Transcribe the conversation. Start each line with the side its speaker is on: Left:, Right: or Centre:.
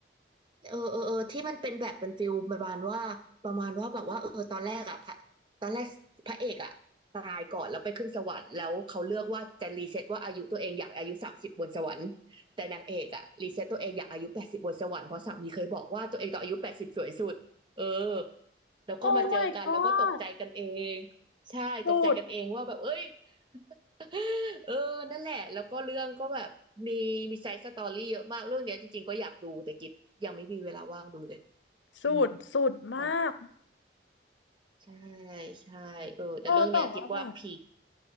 Right: เออเออเออที่มันเป็นแบบเป็นฟิลประมาณว่าประมาณว่าแบบว่าเออตอนแรกอ่ะพระตอนแรกพระเอกอ่ะตายก่อนแล้วไปขึ้นสวรรค์แล้วเขาเลือกว่าจะรีเซ็ตว่าอายุตัวเองอยากอายุสามสิบบนสวรรค์แต่นางเอกอ่ะรีเซ็ตตัวเองอยากอายุแปดสิบบนสวรรค์เพราะสามีเคยบอกว่าตัวเองตอนอายุแปดสิบสวยสุดเออแล้วก็มาเจอกันแล้วก็ตกใจกันเอง
Left: โอ้ my god
Right: ใช่ตกใจกันเองว่าแบบเอ้ย
Left: สุด
Right: <laughs> เออนั่นแหละแล้วก็เรื่องก็แบบมีมีไซส์สตอรี่เยอะมากเรื่องเนี้ยจริงๆก็อยากดูแต่กิฟยังไม่มีเวลาว่างดูเลย
Left: สุดสุดมาก
Right: อืมมันใช่ใช่เออแต่เรื่องเนี้ยกิฟว่าพีค
Left: เออแต่ว่าแบบ